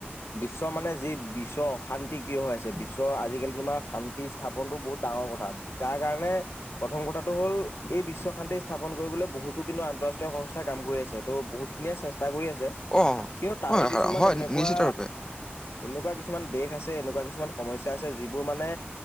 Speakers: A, on the left; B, on the left.
A: বিশ্ব মানে যি বিশ্বৰ অশান্তি কিয় হৈ আছে বিশ্বৰ আজিকালি তোমাৰ শান্তি স্থাপনতটো বহুত ডাঙৰ কথা যাৰ কাৰণে প্ৰথম কথাটো হ'ল এই বিশ্ব শান্তি স্থাপন কৰিবলৈ বহুতো কিন্তু আন্তঃৰাষ্ট্ৰীয় সংস্থাই কাম কৰি আছে ত' বহুত খিনিয়ে চেষ্টা কৰি আছে
B: অ
A: কিন্তু তাৰে
B: অ
A: কিছুমান
B: হয়
A: এনেকুৱা
B: নিশ্চিত ৰূপে
A: এনেকুৱা কিছুমান দেশ আছে এনেকুৱা কিছুমান সমস্যা আছে যিবোৰ মানে,